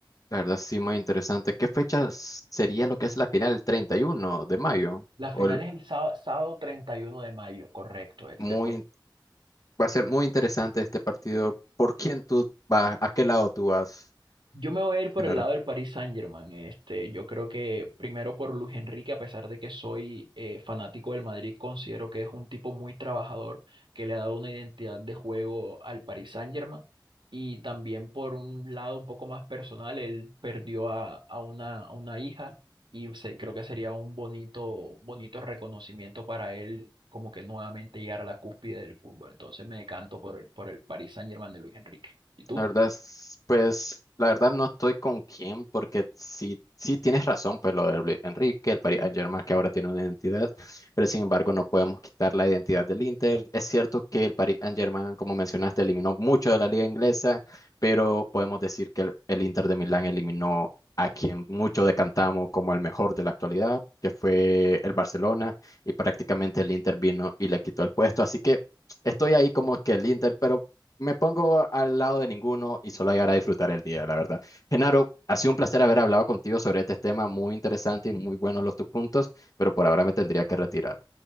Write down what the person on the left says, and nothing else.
La verdad, sí, muy interesante. ¿Qué fecha s- sería lo que es la final? ¿El 31 de mayo?
O
el-
muy,
va a ser muy interesante este partido. ¿Por quién tú vas? ¿A qué lado tú vas,
Genaro?
La verdad es, pues, la verdad no estoy con quién, porque sí, sí tienes razón, pues lo de Luis Enrique, el Paris Saint-Germain que ahora tiene una identidad, pero sin embargo no podemos quitar la identidad del Inter. Es cierto que el Paris Saint-Germain, como mencionaste, eliminó mucho de la liga inglesa, pero podemos decir que el, el Inter de Milán eliminó a quien mucho decantamos como el mejor de la actualidad, que fue el Barcelona, y prácticamente el Inter vino y le quitó el puesto. Así que estoy ahí como que el Inter, pero me pongo al lado de ninguno y solo llegar a disfrutar el día, la verdad. Genaro, ha sido un placer haber hablado contigo sobre este tema muy interesante y muy buenos los tus puntos, pero por ahora me tendría que retirar.